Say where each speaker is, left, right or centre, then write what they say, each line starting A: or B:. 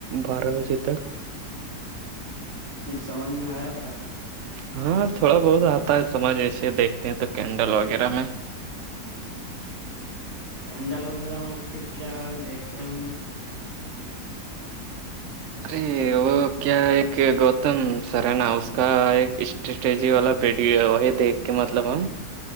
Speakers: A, on the right; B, on the right.
A: بارہ بجے تک
B: کچھ سمجھ میں آیا تھا
A: ہاں تھوڑا بہت آتا ہے سمجھ ایسے دیکھتے ہیں تو کینڈل وغیرہ میں
B: کینڈل وغیرہ میں پھر کیا دیکھتے ہوں گے
A: ارے وہ کیا ایک گوتم سر ہے نا اس کا ایک اسٹریٹجی والا ویڈیو یہ دیکھ کے مطلب ہم